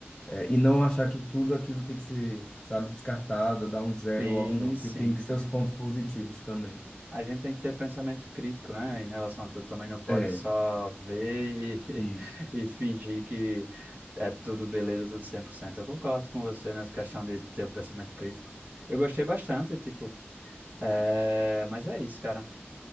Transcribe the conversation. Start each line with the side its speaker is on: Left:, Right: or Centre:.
Left: É, e não achar que tudo aquilo tem que ser, sabe, descartado, dar um zero
Right: Sim,
Left: logo, não. Porque
Right: sim.
Left: tem que ser os pontos positivos também.
Right: A gente tem que ter pensamento crítico, né? Em relação a tudo. Também não pode
Left: É,
Right: só ver e,
Left: isso.
Right: <laughs> e fingir que é tudo beleza, tudo cem por cento Eu concordo com você nessa questão de ter pensamento crítico. Eu gostei bastante, tipo, é... mas é isso, cara.